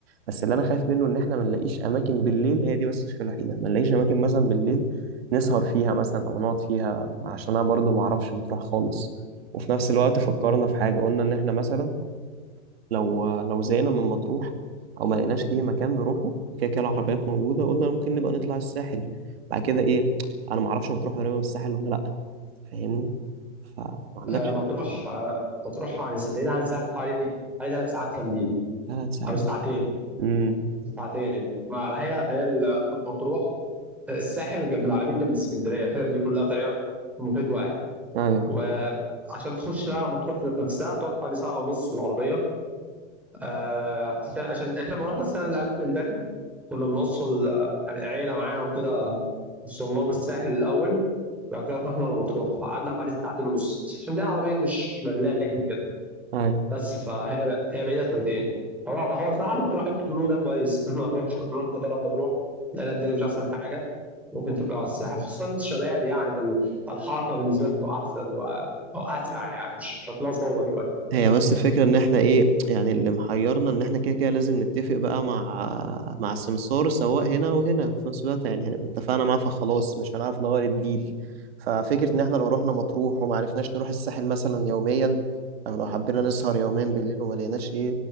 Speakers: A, on the right; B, in the centre.
A: بس اللي انا خايف منه ان احنا ما نلاقيش اماكن بالليل هي دي بس المشكله الوحيده ما نلاقيش اماكن مثلا بالليل نسهر فيها مثلا او نقعد فيها عشان انا برضو ما اعرفش مطروح خالص وفي نفس الوقت فكرنا في حاجه قلنا ان احنا مثلا لو لو زهقنا من مطروح او ما لقيناش ايه مكان نروحه كده كده العربيات موجوده قلنا ممكن نبقى نطلع الساحل بعد كده ايه انا ما اعرفش مطروح قريبه من الساحل ولا لا فاهمني فما عندكش
B: آه، مطروح آه، مطروح عن الس- بعيد عن الساحل حوالي حوالي ثلاث ساعات كاملين
A: ثلاث ساعات
B: او ساعتين
A: امم
B: ساعتين ما ما هي هي ال- مطروح الساحل جنب العلمين جنب اسكندريه الحتت دي كلها تقريبا في محيط واحد
A: ايوه
B: وعشان تخش بقى مطروح ذات نفسها بتقعد حوالي ساعه ونص بالعربيه آه عشان عشان احنا لما رحنا السنه اللي قبل اللي فاتت كنا بنوصل آه، عيله معانا وكده وصلناهم الساحل الاول بعد كده رحنا احنا لمطروح فقعدنا حوالي ساعتين ونص عشان دي عربيه مش ملاكي وكده
A: ايوه
B: بس فهي هي بعيده شويتين هو هو صراحه اللي كنت رايح انت تقولوه ده كويس ان احنا نروح نروح نجرب مطروح لان الدنيا مش احسن حاجه ممكن تبقى على الساحل خصوصا انت شباب يعني فال- فالحركه بالنسبه لكم احسن و... او اسرع يعني مش مش هتلاقوا صعوبه شويه
A: هي بس الفكرة ان احنا ايه يعني اللي محيرنا ان احنا كده كده لازم نتفق بقى مع مع السمسار سواء هنا وهنا وفي نفس الوقت يعني هنبقى اتفقنا معاه فخلاص مش هنعرف نغير الديل ففكرة ان احنا لو رحنا مطروح وما عرفناش نروح الساحل مثلا يوميا او لو حبينا نسهر يومين بالليل وما لقيناش ايه